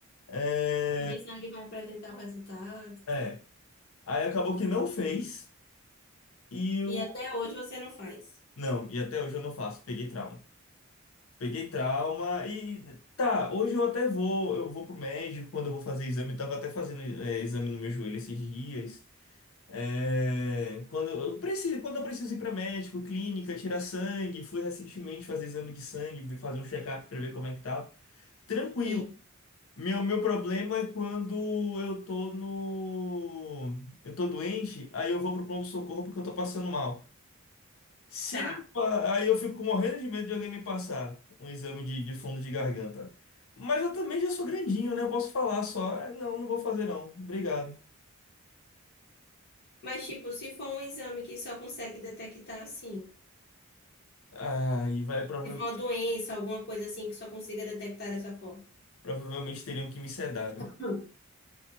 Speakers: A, on the left; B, on the left.
A: É.
B: O de sangue vai apresentar o resultado.
A: é. Aí acabou que não fez e eu.
B: E até hoje você não faz.
A: Não, e até hoje eu não faço. Peguei trauma. Peguei trauma e. Tá, hoje eu até vou. Eu vou pro médico quando eu vou fazer exame. Eu tava até fazendo é, exame no meu joelho esses dias. É, quando eu eu preciso, quando eu preciso ir para médico, clínica, tirar sangue, fui recentemente fazer exame de sangue, vi- fazer um check-up para ver como é que tá. Tranquilo.
B: Sim.
A: Meu, meu problema é quando eu tô no, eu tô doente, aí eu vou pro pronto-socorro porque eu tô passando mal. Se
B: tá.
A: me... pa- Aí eu fico morrendo de medo de alguém me passar um exame de, de fundo de garganta. Mas eu também já sou grandinho, né? Eu posso falar só. "É, não, não vou fazer não. Obrigado.
B: Mas, tipo, se for um exame que só consegue detectar assim,
A: Aí vai, provavelmente,
B: se for uma doença, alguma coisa assim que só consiga detectar dessa forma.
A: provavelmente teriam que me sedar, viu?
B: Hum.